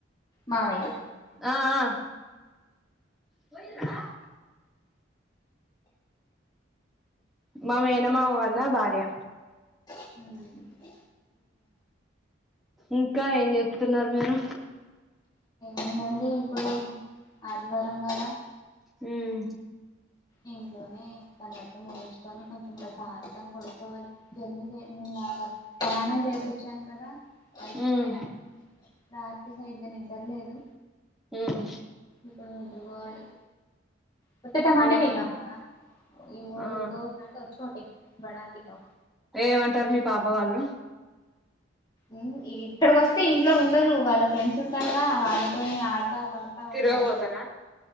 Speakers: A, on the left (about 20°); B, in the centre.
A: మావయ్య
B: ఆ ఆ పోయిర్రా మామేనమామ వాల్ల భార్య
A: ఉ
B: ఇంకా ఏం చేస్తున్నారు మీరు
A: ఏముదండి ఇప్పుడు ఆదివారం కదా
B: ఉమ్
A: ఇంట్లోనే తనిత్తం ముయించుకొని కొంచెం ప్రశాంతంగా పడుకోవాలి జర్నీ చే నిన్న ప్రయాణం చేసి వచ్చాను కదా అలిసిపోయాను
B: ఉమ్
A: రాత్రి సరిగ్గా నిద్దర లేదు
B: ఉమ్
A: ఇప్పుడు నిద్రపోవాలి ఒకత్తతే టమాటే
B: అవునా
A: వీకాపా ఈ
B: ఆ
A: దో కట రోటీ బడా ఓటీపీ చెప్పడానికి ఇదో
B: ఏమంటారు మీ పాప వాళ్ళు
A: ఉమ్ ఇక్కడికిస్తే ఇంట్లో ఉండరు వాళ్ళ ఫ్రెండ్స్ ఉంటారుగా వాళ్ళ తోని ఆడతా పాడతా
B: తిరగబోతారా
A: ఉంటారు